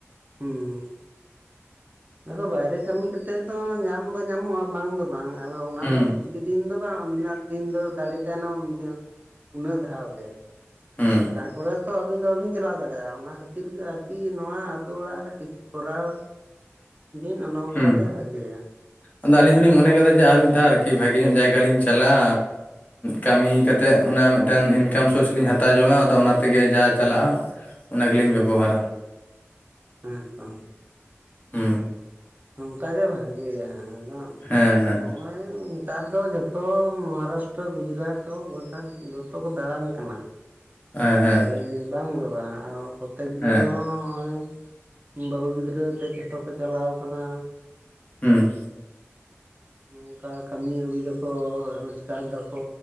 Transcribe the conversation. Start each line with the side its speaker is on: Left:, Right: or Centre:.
Right: ᱦᱩᱸ <unintelligible> ᱵᱟᱭᱨᱮ ᱠᱟᱹᱢᱤ ᱠᱟᱛᱮᱫ ᱫᱚ ᱧᱟᱢ ᱫᱚ ᱧᱟᱢᱚᱜᱼᱟ, ᱵᱟᱝ ᱫᱚ ᱵᱟᱝ ᱟᱫᱚ ᱚᱱᱟ
Left: ᱦᱩᱸ
Right: ᱫᱚ ᱵᱤᱥ ᱵᱤᱥᱤ ᱫᱤᱱ ᱫᱚ ᱵᱟᱝ <unintelligible> ᱫᱤᱱ ᱫᱟᱲᱮ ᱛᱟᱦᱮᱱᱟ ᱩᱱ-ᱩᱱᱟᱹᱜ ᱫᱷᱟᱣ ᱜᱮ᱾
Left: ᱦᱮᱸ
Right: ᱛᱟᱨᱯᱚᱨᱮ ᱛᱚ ᱟᱵᱤᱱ ᱫᱚ ᱵᱟᱹᱵᱤᱱ ᱪᱟᱞᱟᱣ ᱫᱟᱲᱮᱭᱟᱜᱼᱟ, ᱚᱱᱟ ᱠᱷᱟᱹᱛᱤᱨ ᱜᱮ ᱟᱨᱠᱤ ᱱᱚᱣᱟ ᱟᱹᱛᱩ ᱚᱲᱟᱜ ᱨᱮ ᱠᱤᱪᱷᱩ ᱠᱚᱨᱟᱣ ᱵᱤᱱ ᱚᱱᱮ ᱚᱝᱠᱟ
Left: ᱦᱩᱸ
Right: ᱜᱮ ᱵᱷᱟᱜᱮᱭᱟ᱾
Left: ᱟᱫᱚ ᱟᱹᱞᱤᱧ ᱦᱚᱸᱞᱤᱧ ᱢᱚᱱᱮ ᱠᱟᱫᱟ ᱡᱮ, ᱟᱨ ᱢᱤᱫ ᱫᱷᱟᱣ ᱟᱨᱠᱤ ᱵᱷᱟᱹᱜᱮ ᱧᱚᱜ ᱡᱟᱭᱜᱟ ᱞᱤᱧ ᱪᱟᱞᱟᱜᱼᱟ ᱠᱟᱹᱢᱤ ᱠᱟᱛᱮᱫ ᱚᱱᱟ ᱢᱤᱫᱴᱮᱱ ᱤᱱᱠᱟᱢ ᱥᱳᱨᱥ ᱞᱤᱧ ᱦᱟᱛᱟᱣ ᱡᱚᱝ-ᱟ, ᱟᱫᱚ ᱚᱱᱟ ᱛᱮᱜᱮ ᱡᱟ ᱪᱟᱞᱟᱜᱼᱟ ᱚᱱᱟ ᱜᱮᱞᱤᱧ ᱵᱮᱵᱚᱦᱟᱨᱟ᱾
Right: ᱦᱮᱸ ᱛᱚ᱾
Left: ᱦᱩᱸ
Right: ᱚᱱᱠᱟ ᱜᱮ ᱵᱷᱟᱜᱮᱭᱟ ᱟᱫᱚ
Left: ᱦᱮᱸ ᱦᱮᱸ
Right: ᱦᱚᱭ ᱱᱮᱛᱟᱨ ᱫᱚ ᱡᱚᱛᱚ ᱢᱚᱦᱟᱨᱟᱥᱴᱚ ᱜᱩᱡᱽᱨᱟᱴ ᱦᱚᱸ ᱜᱚᱴᱟ ᱡᱷᱚᱛᱚ ᱠᱚ ᱫᱟᱬᱟᱱ ᱠᱟᱱᱟ᱾
Left: ᱦᱮᱸ ᱦᱮᱸ
Right: ᱮᱭ ᱵᱟᱝ ᱫᱚ ᱵᱟᱝ ᱠᱚᱛᱮᱠ ᱜᱩᱞᱟᱹ
Left: ᱦᱮᱸ
Right: ᱦᱚᱸ ᱦᱚᱸᱜᱼᱚᱭ ᱵᱟᱹᱦᱩ ᱜᱤᱫᱽᱨᱟᱹ ᱟᱛᱮᱫ ᱡᱷᱚᱛᱚ ᱠᱚ ᱪᱟᱞᱟᱣ ᱠᱟᱱᱟ᱾
Left: ᱦᱩᱸ
Right: ᱚᱱᱠᱟ ᱠᱟᱹᱢᱤ ᱟᱹᱜᱩᱭ ᱫᱟᱠᱚ ᱨᱚᱡᱽᱠᱟᱨ ᱫᱟᱠᱚ